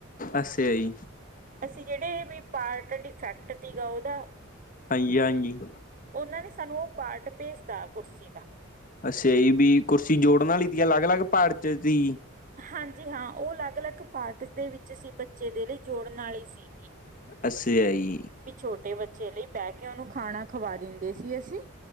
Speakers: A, on the left; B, on the right.
A: ਅੱਛਾ ਈ।
B: ਅਸੀਂ ਜਿਹੜੇ ਵੀ ਪਾਰਟ ਡਿਫੈਕਟ ਦੀਗਾ ਓਦਾ
A: ਹਾਂਜੀ ਹਾਂਜੀ
B: ਉਨਾਂ ਨੇ ਸਾਨੂੰ ਓ ਪਾਰਟ ਭੇਜਤਾ ਕੁਰਸੀ ਦਾ।
A: ਅੱਛਾ ਈ ਵੀ ਕੁਰਸੀ ਜੋੜਨ ਆਲੀ ਦੀਆਂ ਅਲੱਗ ਅਲੱਗ ਪਾਟ ਚ ਸੀ।
B: ਹਾਂਜੀ ਹਾਂ ਉਹ ਅਲੱਗ ਅਲੱਗ ਪਾਰਟ ਦੇ ਵਿੱਚ ਸੀ ਬੱਚੇ ਦੇ ਲਈ ਜੋੜਨ ਵਾਲੀ ਸੀਗੀ।
A: ਅਛਾ ਈ।
B: ਵੀ ਛੋਟੇ ਬੱਚੇ ਲਈ ਪੈ ਕੇ ਉਹਨੂੰ ਖਾਣਾ ਖਵਾ ਦਿੰਦੇ ਸੀ ਅਸੀਂ।